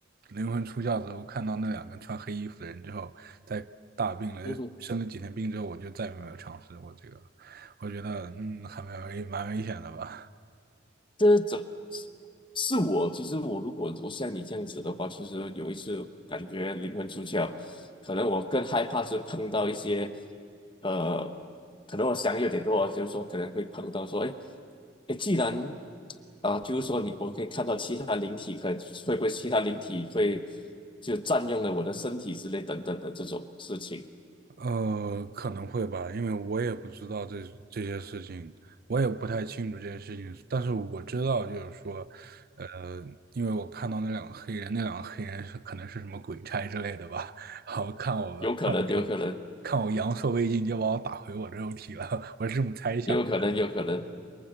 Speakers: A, on the right (about 50°); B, on the left (about 25°).
A: 灵魂出窍之后，看到那两个穿黑衣服的人之后，在大病了，
B: 嗯哼
A: 生了几天病之后，我就再也没有尝试过这个了。我觉得，嗯，还蛮危蛮危险的吧。
B: 这怎是我？其实我如果我像你这样子的话，其实有一次感觉灵魂出窍，可能我更害怕是碰到一些，呃，可能我想有点多，就是说可能会碰到说，哎，哎，既然啊、就是说你我可以看到其他灵体，可会不会其他灵体会就占用了我的身体之类等等的这种事情，
A: 呃，可能会吧，因为我也不知道这这些事情，我也不太清楚这些事情。但是我知道，就是说，呃，因为我看到那两个黑人，那两个黑人是可能是什么鬼差之类的吧，<laughs> 然后看我看我阳看我阳寿未尽，
B: 有可能，有可能，
A: 就把我打回我的肉体了，<laughs> 我是这么猜想的。
B: 有可能，有可能，